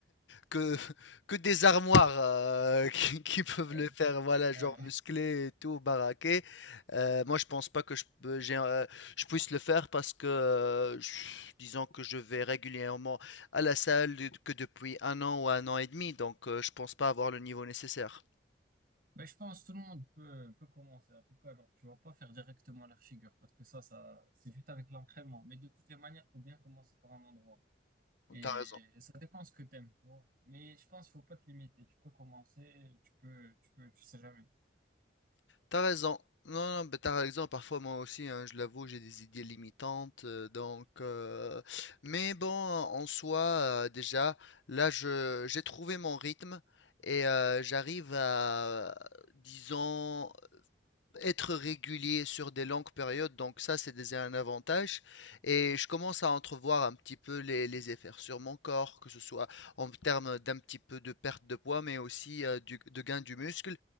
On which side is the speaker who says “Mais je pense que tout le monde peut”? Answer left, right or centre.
Right